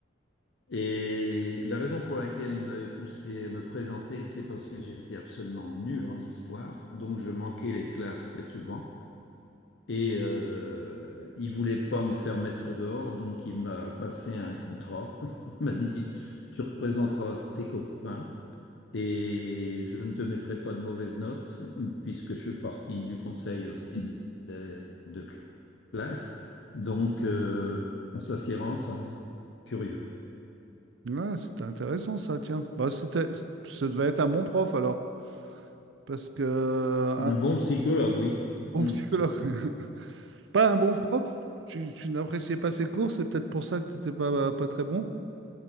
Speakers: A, on the left (about 75°); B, on the right (about 80°).
A: Et la raison pour laquelle il m'avait poussé à me présenter, c'est parce que j'étais absolument nul en histoire, donc je manquais les classes très souvent. Et euh, il voulait pas me faire mettre dehors, donc il m'a passé un contrat. <laughs> Il m'a dit, tu représenteras tes copains. Et je ne te mettrai pas de mauvaises notes, puisque je suis parti du conseil aussi de, de- de classe. Donc, euh, on s'assiera ensemble. Curieux.
B: Ouais, c'était intéressant ça, tiens. Bah, c'était, ça devait être un bon prof alors. Parce que euh,
A: Un
B: un
A: bon psychologue, oui.
B: bon
A: Hmm.
B: psychologue, <laughs> pas un bon prof, tu, tu n'appréciais pas ses cours, c'est peut-être pour ça que tu n'étais pas, euh, pas très bon.